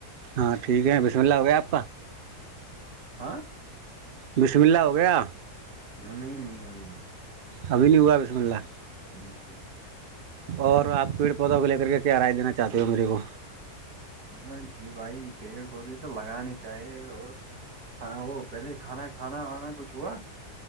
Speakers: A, on the right; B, on the right.
A: ہاں ٹھیک ہے بسم اللہ ہو گیا آپ کا
B: ہاں
A: بسم اللہ ہو گیا
B: نہیں نہیں ابھی نہیں
A: ابھی نہیں ہوا بسم اللہ
B: ج <unintelligible>
A: اور آپ پیڑ پودوں کو لے کر کے کیا راائے دین چاہتے ہو میرے کو
B: ہاں جی بھائی پیڑ پودے تو لگے چاہیے اور ہاں وہ پہلے کھانا کھانا وانا کچھ ہوا